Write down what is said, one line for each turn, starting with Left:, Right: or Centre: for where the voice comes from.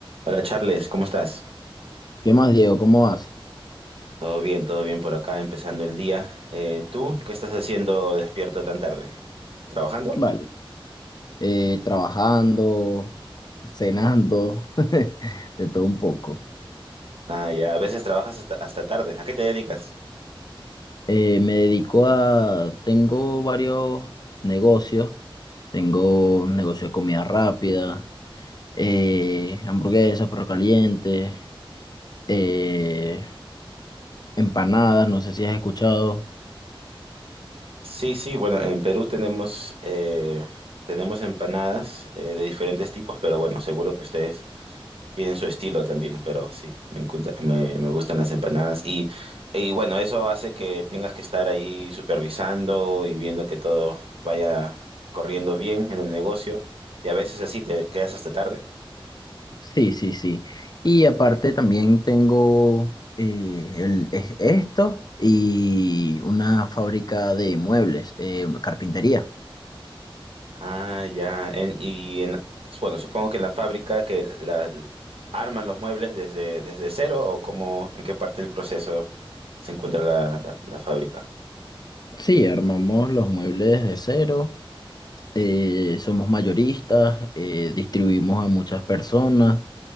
Right: Hola Charles, ¿cómo estás?
Left: ¿Qué más, Diego? ¿Cómo vas?
Right: Todo bien, todo bien por acá, empezando el día. Eh, ¿tú qué estás haciendo despierto tan tarde? ¿Trabajando?
Left: Vale. Eh, trabajando, cenando, <laughs> de todo un poco.
Right: Ah, ya, a veces trabajas hasta, hasta tarde. ¿A qué te dedicas?
Left: Eh, me dedico a... Tengo varios negocios. Tengo un negocio de comida rápida, eh, hamburguesas, perros calientes, eh, empanadas, no sé si has escuchado.
Right: Sí, sí, bueno, en Perú tenemos, eh, tenemos empanadas eh, de diferentes tipos, pero bueno, seguro que ustedes Tienen su estilo también, pero sí, me, encunta- me, me gustan las empanadas. Y, y bueno, eso hace que tengas que estar ahí supervisando y viendo que todo vaya corriendo bien en el negocio. Y a veces así te quedas hasta tarde.
Left: Sí, sí, sí. Y aparte también tengo eh, el- es- esto y una fábrica de muebles, eh, una carpintería.
Right: Ah, ya. En- y en, bueno, supongo que en la fábrica que la, arman los muebles desde, desde cero o cómo, en qué parte del proceso se encuentra la, la la fábrica.
Left: Sí, armamos los muebles de cero, eh, somos mayoristas, eh, distribuimos a muchas personas,